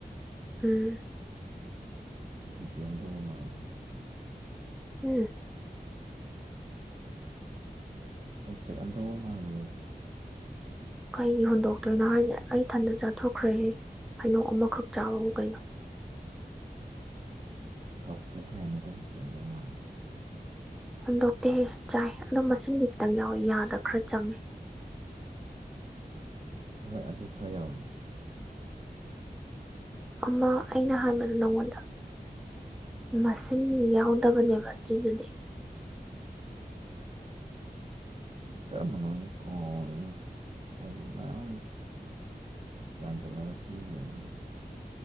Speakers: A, in the centre; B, on the right.
A: ꯎꯝ
B: <unintelligible>
A: ꯎꯝ
B: ꯍꯨꯟꯗꯣꯛꯑꯝꯗꯧꯕ ꯃꯥꯜꯂꯨꯔꯦꯕ꯭ꯔꯥ
A: ꯀꯩꯒꯤ ꯍꯨꯟꯗꯣꯛꯇꯣꯏꯅꯣ ꯍꯥꯏꯁꯦ ꯑꯩ ꯊꯟꯗ ꯆꯥꯊꯣꯛꯈ꯭ꯔꯦꯍꯦ ꯍꯩꯅꯧ ꯑꯃꯈꯛ ꯆꯥꯕꯕꯨ ꯀꯩꯅꯣ
B: ꯍꯧꯇꯦ ꯀꯥꯏꯅꯒ ꯍꯨꯟꯗꯣꯛꯑꯝꯗꯧꯕ ꯃꯥꯟꯕ
A: ꯍꯨꯟꯗꯣꯛꯇꯦꯍꯦ ꯆꯥꯏ ꯑꯗꯣ ꯃꯁꯤꯡꯗꯤ ꯈꯤꯇꯪ ꯌꯥꯎꯋꯤ ꯌꯥꯗ ꯈꯔ ꯆꯪꯉꯦ
B: ꯍꯣꯏ ꯑꯗꯨ ꯈꯔ ꯌꯥꯎꯕꯅꯤ
A: ꯑꯃ ꯑꯩꯅ ꯍꯥꯟꯕꯗꯨ ꯅꯥꯉꯣꯟꯗ ꯃꯁꯤꯡ ꯌꯥꯎꯗꯕꯅꯦꯕ ꯑꯗꯨꯗꯗꯤ
B: ꯀꯔꯝꯕꯅꯣ ꯑꯩꯁꯨ ꯀꯧꯒ꯭ꯔꯦꯗ ꯑꯩꯁꯨ ꯃꯌꯥꯝ ꯌꯥꯟꯁꯤꯜꯂꯒ ꯄꯤꯒꯤꯕꯅꯤ